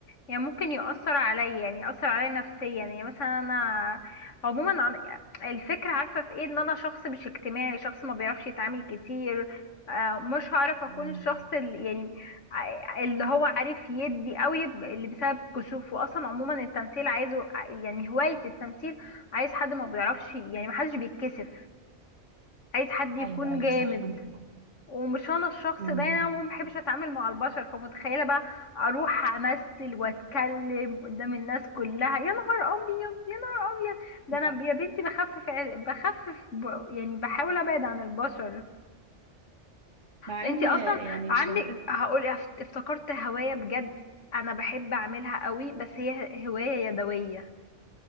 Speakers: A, on the left; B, on the right.
A: يعني ممكن يؤثر عليا يعني يؤثر عليا نفسيا يعني مثلا أنا عموما عن- يعني الفكرة عارفة في إيه إن أنا شخص مش اجتماعي شخص ما بيعرفش يتعامل كتير آه، مش هعرف أكون
B: امم
A: الشخص اللي يعني ع- اللي هو عارف يدي قوي ب- اللي بسبب كسوفه أصلا عموما التمثيل عايزه ع- يعني هواية التمثيل عايز حد ما بيعرفش يعني ما حدش بيتكسف عايز حد يكون
B: ايوه ايوه
A: جامد
B: صح عندك حق
A: ومش انا الشخص
B: امم
A: ده يعني انا ما بحبش اتعامل مع البشر فمتخيله بقى اروح امثل واتكلم قدام الناس كلها يا نهار ابيض يا نهار ابيض ده
B: لا
A: انا يا بنتي بخفف ع- بخفف ب- يعني بحاول ابعد عن البشر
B: مع
A: انتي
B: ان
A: اصلا
B: يعني
A: عندك
B: شغلتي
A: هقول افت- افتكرت هوايه بجد انا بحب اعملها قوي بس هي هوايه يدويه